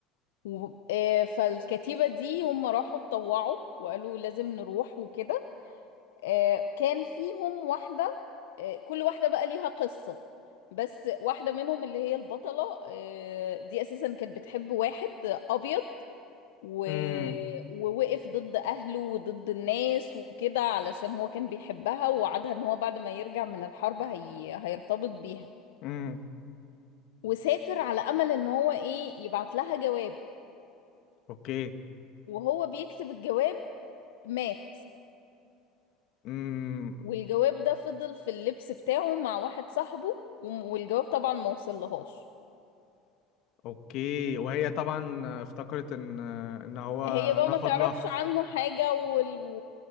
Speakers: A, on the left; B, on the left.
A: و- آه، فالكتيبة دي هم راحوا اتطوعوا وقالوا لازم نروح وكده آه، كان فيهم واحدة آه، كل واحدة بقى ليها قصة بس واحدة منهم اللي هي البطلة آه، دي أساسا كانت بتحب واحد أبيض و...
B: امم
A: ووقف ضد أهله وضد الناس وكده علشان هو كان بيحبها ووعدها ان هو بعد ما يرجع من الحرب هي... هيرتبط بيها
B: امم
A: وسافر على أمل ان هو ايه يبعت لها جواب
B: اوكي
A: وهو بيكتب الجواب مات
B: امم
A: والجواب ده فضل في اللبس بتاعه مع واحد صاحبه وم- والجواب طبعا ما وصلهاش
B: اوكي وهي طبعا افتكرت ان آه، ان هو
A: هي بقى
B: نفض
A: ما تعرفش
B: لها
A: عنه حاجة وال... و...